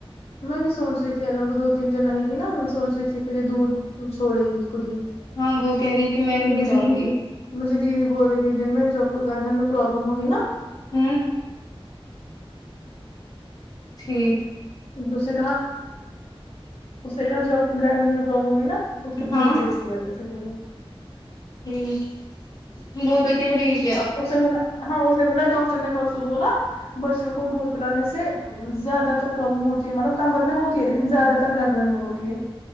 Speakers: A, on the left; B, on the left.
A: میں بھی سوچ رہی تھی اگر وہ دو تین دن رہے گی نا میں سوچ رہی تھی پھر یہ دور چھوڑے گی خود ہی
B: ہاں وہ کہہ رہی کہ میں
A: ٹھیک
B: نہیں
A: ہے مجے
B: جاؤں
A: دیدی
B: گی
A: مجھے دیدی بول رہی تھی دن میں جو اب کو گردن میں پرابلم ہوئی نا
B: ہمم ٹھیک
A: اس سے کہا اس نے کہا جب آپ کو گرین میں پرابلم ہوئی نا اس کو
B: ہاں
A: بعد وجہ سے ہوں
B: ہمم بہت <unintelligible>
A: اسے بولا ہاں اسے بولا ڈاکٹر نے پرسوں بولا بچوں کو دودھ پلانے سے زیادہ تر پروابلم ہوتی ہے مطلب کمر میں ہوتی ہے لیکن زیادہ تر گردن میں ہوتی ہے